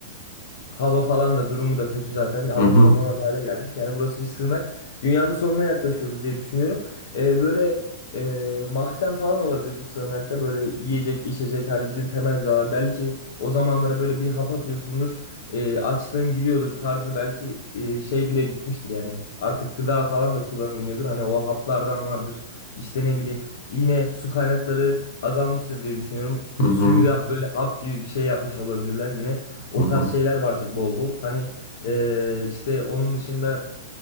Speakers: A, on the left; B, on the left.
A: Hava falan da durumu da kötü zaten. Hava
B: Hı hı
A: solunamaz hale gelmiş. Yani burası bir sığınak. Dünyanın sonuna yaklaşıyoruz diye düşünüyorum. Ee, böyle e, mahzen falan olabilir bu sığınakta. Böyle yiyecek, içecek hani bizim temel gıdalar. Belki o zamanlara böyle bir hap atıyorsundur. E, açlığın gidiyordur tarzı belki e, şey bile gitmiştir yani. Artık gıda falan da kullanılmıyordur. Hani o haplardan vardır. İşte ne bileyim yine su kaynakları azalmıştır diye düşünüyorum.
B: hı
A: Suyu
B: hı
A: da böyle hap gibi bir şey yapmış olabilirler yine. O
B: hı hı.
A: tarz şeyler vardır bol bol. Hani eee, işte onun dışında